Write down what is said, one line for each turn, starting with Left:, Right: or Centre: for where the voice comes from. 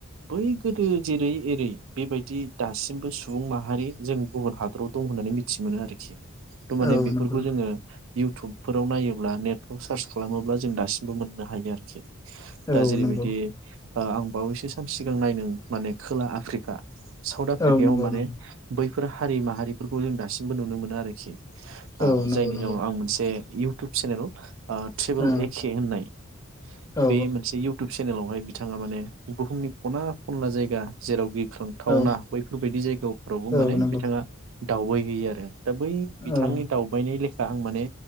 Right: बै गोदो जेरै एरै बेबायदि दासिमबो सुबुं माहारि जों गुबुन हादराव दं होननानै मिथि मोनो आरोखि। दमाने
Left: औ
Right: बेफोरखौ
Left: नंगौ
Right: जोङो इउटुबफोराव नायोब्ला नेटफ्राव सार्च खालामोब्ला जों दासिमबो मोननो हायो आरखि। दा
Left: औ
Right: जेरैबायदि
Left: नंगौ
Right: ओ आं बावैसो सान सिगां नायदों माने खोला आफ्रिक खा साउथ आफ्रिकायाव
Left: औ नंगौ
Right: माने
Left: नंगौ
Right: बै बेफोर हारि माहारिफोरखौ जों दासिमबो नुनो मोनो आरोखि। आ
Left: औ नंगौ
Right: जायनि
Left: नंगौ
Right: उनाव आं मोनसे इ टुब चेनेल आं ट्रेबेल
Left: औ
Right: एके होननाय
Left: औ
Right: बे मोनसे इउटुब चेनेलावहाय बिथाङा माने बुहुमनि खना खनला जायगा जेराव खांथावना
Left: औ
Right: बैफोरबायदि जायगाफोरावबो
Left: औ
Right: माने
Left: नंगौ
Right: बिथाङा दावबाय होयो आरो। दा बै बिथांनि
Left: औ
Right: दावबायनाय ले दा आं माने